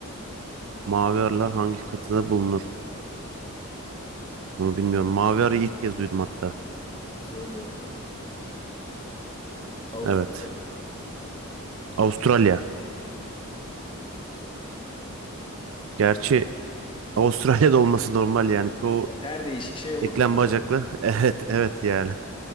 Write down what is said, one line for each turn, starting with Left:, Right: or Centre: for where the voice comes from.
Right: Mavi arılar hangi kıtada bulunur? Bunu bilmiyorum. Mavi arıyı ilk kez duydum hatta.
Left: Söylüyorum o zaman. Avustralya.
Right: Evet. Avustralya.
Left: Hı hı.
Right: Gerçi Avustralya'da olması normal yani. Çoğu
Left: Evet, her değişik şey orada
Right: eklem
Left: oluyor.
Right: bacaklı. <laughs> Evet, evet yani.